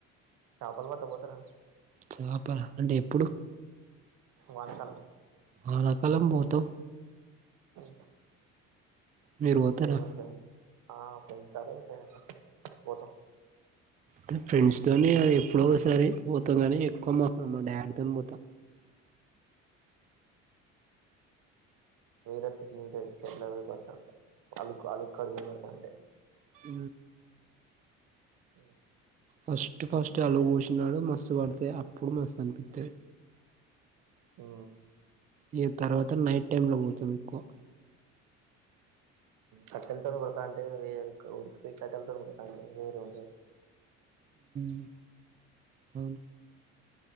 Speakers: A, on the right; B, on the right.
A: చేపలు పట్ట పోతరా
B: చపల అంటే ఎప్పుడు
A: వానకాలం
B: వానకాలం పోతాం
A: టే
B: మీరు పోతారా
A: ఎవరు ఫ్రెండ్స్ ఆ ఫ్రెండ్స్ అ లేకపోతే పోతం
B: కని ఫ్రెండ్స్ తోని అది ఎప్పుడోసారి పోతాం కానీ ఎక్కువ మ మా డాడీతోని పోతా
A: వేరోతిట్లుతాయి చెర్ల పోయి పడుతాంటే అలు అలుక్కడికి పోయ పడుతాంటే
B: అ
A: అ
B: ఫస్ట్ ఫస్ట్ అలుగు పోసిన్నడు మస్తు పడుతాయి అప్పుడు మస్తు అనిపిత్తది
A: అ
B: ఇగ తర్వాత నైట్ టైమ్ లో పోతాం ఎక్కువ
A: కట్టెల్తో కొడుతంటే వేర్ ఉరికిపోయి కట్టెల్తోన్ కొడుతాంటే వేరే ఉంటది
B: మ్ అవును